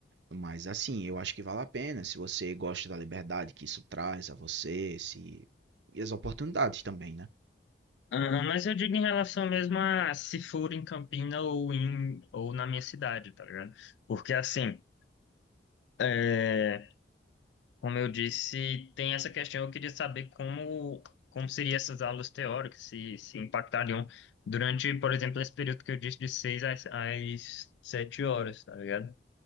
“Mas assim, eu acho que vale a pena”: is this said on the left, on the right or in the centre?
Right